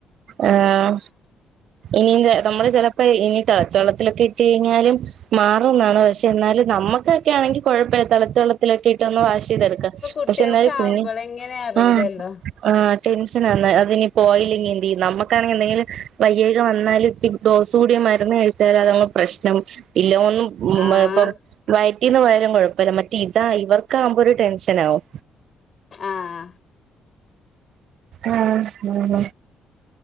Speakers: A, on the right (about 70°); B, on the left (about 45°).
A: ആഹ് ഇനിത് നമ്മള് ചിലപ്പാഴ് ഇനി തിളച്ച വെള്ളത്തിലൊക്കെ ഇട്ട് കഴിഞ്ഞാലും മാറുന്നാണ് പക്ഷെ എന്നാലും നമ്മക്കാക്ക ആണെങ്കിൽ കുഴപ്പയില്ല തിളച്ച വെള്ളത്തിലൊക്കെ ഇട്ട് ഒന്ന് വാഷ് ചെയ്തെടുക്കാം
B: ഇപ്പൊ കുട്ടിയൾക്ക്
A: പക്ഷെ എന്നാലും
B: ആവുമ്പോള്
A: കുഞ്ഞ്
B: എങ്ങനെയ റിയില്ലല്ലോ
A: ആഹ് ആഹ് ടെൻഷനാന്ന് അതിനി പോയില്ലെങ്കിൽ എന്തേയ്യും നമ്മക്കാണെങ്കിൽ എന്തെങ്കിലും വയ്യായ്ക വന്നാലും ഇത്തി ഡോസ് കൂടിയ മരുന്ന് കഴിച്ചാലും അതങ്ങ് പ്രശ്നം തി ഇല്ല ഒന്നും <unintelligible>
B: ആഹ്
A: റ്റീന്ന് പോയാലും കുഴപ്പയില്ല മറ്റേ ഇതാ ഇവർക്കാവുമ്പോ ഒരു ടെൻഷൻ ആവും
B: ആഹ്
A: ആഹ് ഉം